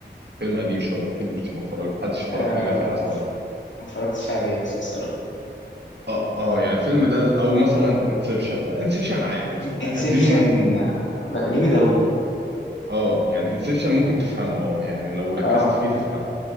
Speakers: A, on the right (about 65°); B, on the left (about 85°).
A: فيلم قديم شويه اكيد مش متفرج محدش اتفرج
B: آه،
A: فينا فيه على السنه
B: ما اتف- ما اتفرجتش عليه بس الصراحة
A: اه اه يعني الفيلم ده او مثلا انسبشن انسبشن عادي بصراحه
B: انسبشن
A: يعني اديله انك
B: جامد قوي
A: اه يعني انسبشن ممكن تفهمه اه يعني لو ركزت
B: اه
A: فيه تفهمه